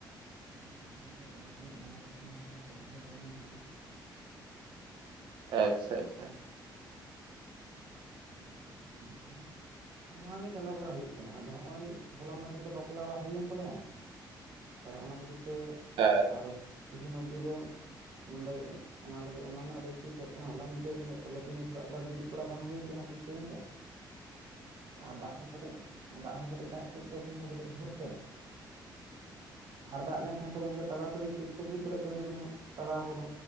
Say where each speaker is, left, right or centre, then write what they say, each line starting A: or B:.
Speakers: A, on the right; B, on the right.
A: ᱢᱟᱱᱮ ᱟᱵᱮᱱ ᱫᱚ ᱡᱟᱦᱟᱸ ᱛᱤᱱᱟᱹᱜ ᱞᱟᱸᱜᱟ ᱥᱤᱛᱩᱝ ᱨᱮ ᱠᱟᱱᱟ ᱪᱮᱫ ᱦᱚᱸ ᱵᱟᱵᱚᱱ ᱵᱩᱡᱟ
B: ᱟᱪᱪᱷᱟ ᱟᱪᱪᱷᱟ
A: ᱦᱩᱸ ᱥᱩᱵᱤᱫᱷᱟ ᱫᱚ ᱦᱩᱭᱩᱜ ᱜᱮᱭᱟ ᱟᱨ ᱱᱚᱣᱟ ᱜᱮ ᱪᱟᱞᱟᱣ ᱵᱟᱲᱟ ᱦᱩᱭᱩᱜ ᱠᱟᱱᱟ ᱟᱫᱚ ᱦᱚᱸ ᱚᱭ ᱦᱚᱞᱟ ᱢᱟᱫᱮᱨᱮ ᱫᱚ ᱵᱟᱯᱞᱟ ᱚᱲᱟᱜ ᱦᱩᱭᱮᱱ ᱛᱟᱞᱮᱭᱟ ᱛᱚᱵᱮ ᱚᱱᱟ ᱠᱷᱟᱹᱛᱤᱨ ᱛᱮ
B: ᱦᱮᱸ
A: ᱟᱨ ᱛᱤᱦᱤᱧ ᱚᱵᱽᱫᱤ ᱫᱚ ᱱᱚᱸᱰᱮ ᱚᱱᱟ ᱞᱟᱹᱜᱤᱫ ᱚᱱᱟ ᱨᱮᱱᱟᱜ ᱨᱮᱥ ᱜᱮ ᱛᱟᱦᱮᱸ ᱠᱟᱱᱟ ᱦᱚᱞᱟ ᱧᱤᱫᱟᱹ ᱵᱮᱸᱜᱮᱫ ᱛᱟᱞᱦᱮ ᱛᱤᱦᱤᱧ ᱦᱚᱸ ᱥᱮᱛᱟᱜ ᱵᱮᱲᱟ ᱵᱤᱨᱤᱫ ᱛᱚᱲᱟ ᱵᱟᱝ ᱦᱩᱭ ᱟᱠᱟᱱᱟ ᱴᱷᱤᱠ ᱴᱟᱭᱤᱢ ᱨᱮ ᱟᱨ ᱫᱟᱜ ᱦᱚᱸ ᱠᱟᱹᱴᱤᱡ ᱫᱟᱜ ᱦᱚᱸ ᱠᱟᱹᱴᱤᱡ ᱫᱟᱜ ᱠᱮᱫ ᱜᱮᱭᱟ ᱠᱤᱱ ᱫᱚ ᱠᱟᱹᱴᱤᱡ ᱵᱷᱳᱨ ᱛᱮ ᱟᱨ ᱫᱟᱜ ᱞᱮᱱᱠᱷᱟᱱ ᱫᱚ ᱜᱚᱝᱠᱮ ᱛᱟᱲᱟ ᱛᱟᱹᱲᱤ ᱠᱤᱥ ᱠᱚ ᱵᱩᱡ ᱫᱟᱲᱮᱭᱟᱜ ᱠᱟᱱ ᱜᱮᱭᱟᱵᱮᱱ ᱛᱟᱲᱟᱣ ᱠᱚᱫᱚ